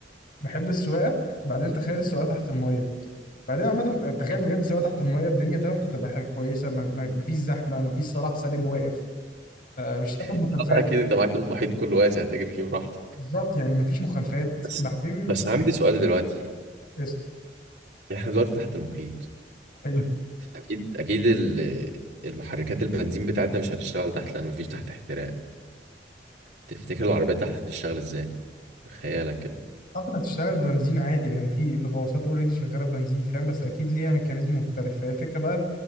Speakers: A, on the left (about 50°); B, on the right (about 65°).
A: بحب السواقة بعدين تخيل السواقة تحت المية بعدين عامة تخيل بجد السواقة تحت المية الدنيا تحت تبقى حاجة كويسة ما- ما- مفيش زحمة مفيش صلاح سالم واقف آه مش هتاخد مخالفات
B: آه، اكيد انت معاك المحيط كله واسع تجري فيه براحتك
A: بالظبط يعني مفيش مخالفات
B: بس
A: بعدين
B: بس عندي سؤال دلوقتي
A: اس-
B: احنا دلوقتي تحت المحيط
A: حلو
B: اكيد اكيد ال- المحركات البنزين بتاعتنا مش هتشتغل تحت لان مفيش تحت احتراق فتفتكر العربيات تحت هتشتغل ازاي بخيالك كده
A: اعتقد هتشتغل بنزين عادي لان في الغواصات اوريدي شغاله بنزين فاهم بس اكيد ليها ميكانيزم مختلف فهي الفكره بقى